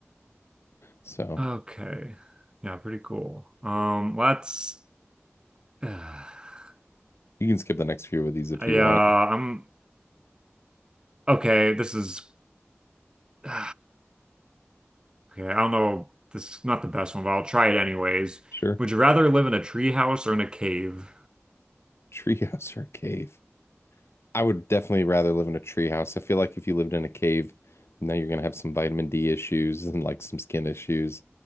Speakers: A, on the left; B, on the right.
A: So
B: Okay. Yeah, pretty cool. Um, let's <sighs>
A: you can skip the next few of these if
B: yeah,
A: you want.
B: I'm okay, this is <sighs> okay, I don't know. This is not the best one, but I'll try it anyways.
A: Sure.
B: Would you rather live in a tree house or in a cave?
A: Treehouse or cave? I would definitely rather live in a tree house. I feel like if you lived in a cave, now you're gonna have some vitamin D issues and like some skin issues.